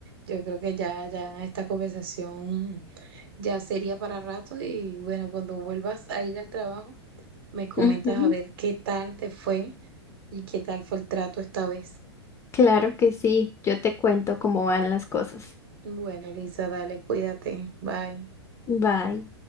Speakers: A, on the right; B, on the left.
A: Yo creo que ya, ya esta conversación ya sería para rato y bueno, cuando vuelvas a ir al trabajo, me comentas
B: Ujú.
A: a ver qué tal te fue y qué tal fue el trato esta vez.
B: Claro que sí, yo te cuento cómo van las cosas.
A: Bueno, Elisa, dale, cuídate. Bye.
B: Bye.